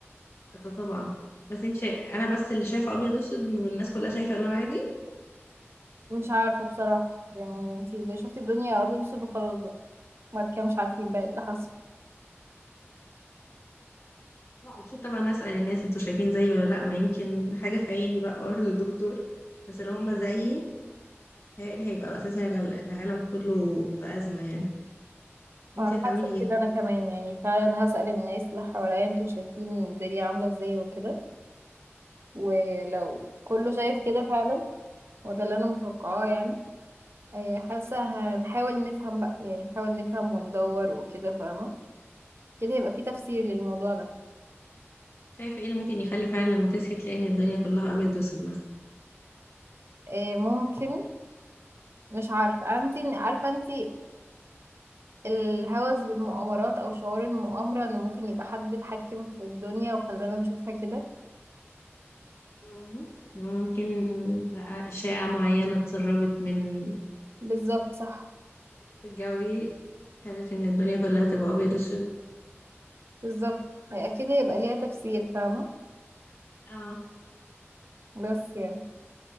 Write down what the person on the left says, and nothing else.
ده طبعا بس أنت شايف أنا بس اللي شايفة أبيض وأسود والناس كلها شايفة ألوان عادي
لا اكيد طبعا هسأل الناس انتوا شايفين زيي ولا لا ما يمكن حاجة في عيني بقى واروح للدكتور بس لو هما زيي تهيألي هيبقى أساسا ال- العالم كله في أزمة يعني انتي
هتعملي
ايه؟
شايفة ايه اللي ممكن يخلي فعلا لما تصحي تلاقي ان الدنيا كلها أبيض وأسود مثلا
مم. ممكن بقى أشعة معينة اتسربت من
في الجوي خلت ان الدنيا كلها تبقى أبيض وأسود
اه